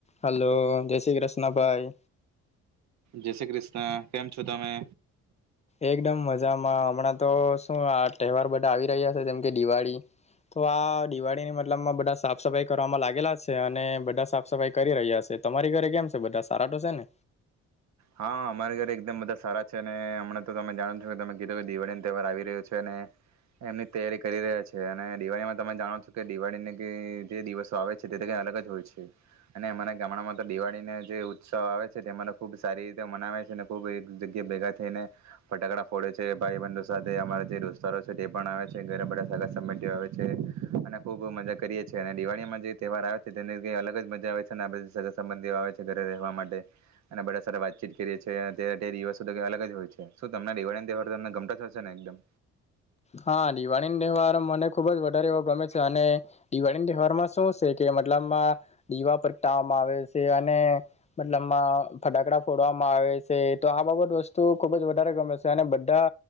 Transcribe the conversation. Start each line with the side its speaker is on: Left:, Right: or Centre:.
Left: Hello જય શ્રી કૃષ્ણભાઈ.
Right: જે શ્રી કૃષ્ણ કેમ છો તમે.
Left: એકદમ મજામાં હમણાં તો શું આ તહેવાર બધા આવી રહ્યા છે જેમ કે દિવાળી તો આ દિવાળીની મતલબમાં બધા સાફ સફાઈ કરવામાં લાગેલા છે અને બધા સાફ સફાઈ કરી રહ્યા છે તમારી ઘરે કેમ છે બધા સારા તો છે ને.
Right: હા અમારા ઘરે એકદમ બધા સારા છે અને હમણાં તો તમે જાણો છો કે તમે એ તો કે દિવાળીને તહેવાર આવી રહ્યો છે ને એમની તૈયારી કરી રહ્યા છે અને દિવાળીમાં તમે જાણો છો કે દિવાળીને કઈ જે દિવસો આવે છે તે તો કંઈ અલગ જ હોય છે અને અમારા ગામડામાં તો દિવાળીને જે ઉત્સવ આવે છે તેમાને ખુબ સારી રીતે મનાવે છે અને ખુબ એક જગ્યા ભેગા થઈને ફટાકડા ફોડે છે, ભાઈબંધો સાથે અમારા જે દોસ્તારો છે તે પણ આવે છે, ઘરે બધા સગા સંબંધી ઓ આવે છે અને ખુબ મજા કરીએ છીએ અને દિવાળીમાં જે તહેવાર આવે છે તેની ક્ઈ અલગ જ મજા આવે છે અને આ બધ સગા સંબંધી આવે છે ઘરે રહેવા માટે અને બ સાઠે વાતચીત કરીએ છીએ, અત્યારે તે દિવસો તો અલગ જ હોય છે, શું તમને દિવાળીનો તહેવાર તો તમને ગમતો જ હશે ને એકદમ?
Left: હા દિવાળીન તહેવાર મને ખુબ જ વધારે એવો ગમે છે અને દિવાળીનતહેવારમાં શું સે કે મતલબમાં દીવા પ્રગટાવામાં આવે સે અને મતલબમાં ફટાકડા ફોડવામાં આવે સે, તો આ બાબત વસ્તુ ખુબ જ વધારે ગમે સે અને બઢા